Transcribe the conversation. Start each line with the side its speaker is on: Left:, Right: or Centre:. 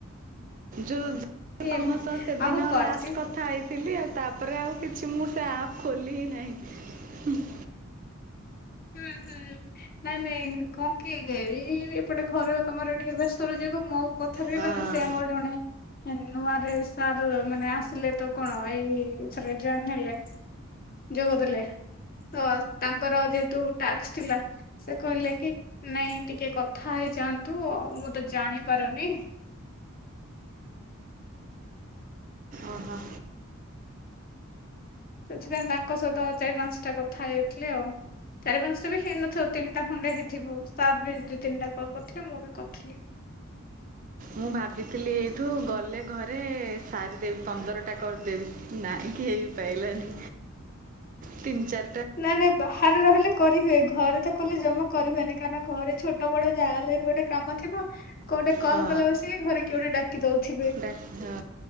Right: ଯୋଉ ମୁ
Left: ଏ
Right: ତମ
Left: ମା
Right: ସହ ସେଦିନ
Left: ଆଉ କରିଦିଅ
Right: ଲାଷ୍ଟ କଥା ହେଇଥିଲି ଆଉ ତାପରେ ଆଉ କିଛି ମୁଁ ସେ ଆପ ଖୋଲି ହି ନାହିଁ।
Left: ହୁଁ ହୁଁ ନାଇଁ ନାଇଁ କଣ କି ଏଇ ଏପଟେ ଘର କାମରେ ଟିକେ ବ୍ୟସ୍ତ ରହିଯିବାକୁ ମୋ କଥା ବି
Right: ହଁ
Left: ହେଇପାରୁନି ସେ ଆମର ଜଣେ ହେବେ। ନୂଆରେ ସାର୍ ମାନେ ଆସିଲେ, ତ କଣ ଏଇ ଜଏନ ହେଲେ, ଯୋଗଦଲେ, ତ ତାଙ୍କର ଯେ ଆକ୍ସ୍ ଥିଲା, ସେ କହିଲେ କି ନାଇଁ, ଟିକେ କଥା ହେଇଯାଆନ୍ତୁ, ମୁଁ ତ ଜାଣି ପାରୁନି।
Right: ଓହୋ।
Left: ସେଥିପାଇଁ ତାଙ୍କ ସହିତ ଚାରି, ପାଞ୍ଚଟା କଥା ହେଇଯାଇଥିଲି, ଆଉ ଚାରି, ପାଞ୍ଚଟା ବି ହେଇନଥିବ, ତିନିଟା ଖଣ୍ଡେ ହେଇଥିବ। ସାର୍ ବି ଦି, ତିନିଟା କଲ କରିିଥିଲେ, ମୁଁ ବି କରିଥିଲି।
Right: ମୁଁ ଭାବିଥିଲି ଏଇଠୁ ଗଲେ ଘରେ ସାରି ଦେବି, ପନ୍ଦରଟା କରିଦେବି, ନାଇଁ କି ହେ ପାଇଲାନି ତିନି, ଚାରି
Left: ନାଇଁ, ନାଇଁ ବାହାରେ ରହିଲେ କରି ହୁଏ। ଘରେ ତ କଲେ ଜମା କରିହୁଏନି। କାରଣ ଘରେ ଛୋଟ, ବଡ ଯାହା ହେଲେ, ବି ଗୋଟେ କାମ ଥିବ। କୋଉଟେ କଲ୍
Right: ହଁ,
Left: କଲା ବସିକି ଘରେ କିଏ ଗୋଟେ ଡାକି ଦଉଥିବେ
Right: ଡା, ହଁ,